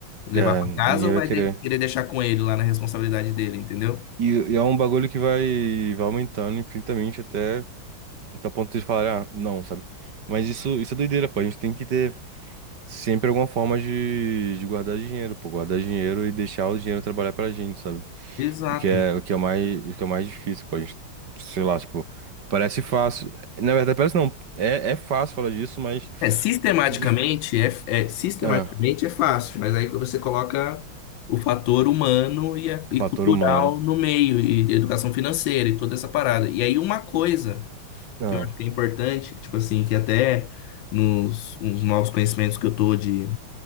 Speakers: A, on the left (about 75°); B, on the right (about 55°).
A: levar
B: É,
A: pra
B: ninguém
A: casa ou
B: vai
A: vai
B: querer.
A: de- querer deixar com ele lá na responsabilidade dele, entendeu?
B: E, e é um bagulho que vai, vai aumentando infinitamente até, até o ponto de falar, ah, não, sabe? Mas isso, isso é doideira, pô. A gente tem que ter sempre alguma forma de, de guardar dinheiro, pô. Guardar dinheiro e deixar o dinheiro trabalhar pra gente, sabe?
A: Exato.
B: O que é, o que é mais, o que é mais difícil, pô. A gente, sei lá, tipo, parece fácil. Na verdade, parece não. É, é fácil falar disso, mas.
A: É, sistematicamente
B: dif-
A: é, é- sistematicamente
B: Ah,
A: é fácil, mas aí você coloca o fator humano e, a-
B: o
A: e
B: fator
A: cultural
B: humano.
A: no meio, e educação financeira e toda essa parada. E aí uma coisa
B: Ah,
A: que eu acho que é importante, que, tipo assim, que até nos uns novos conhecimentos que eu tô de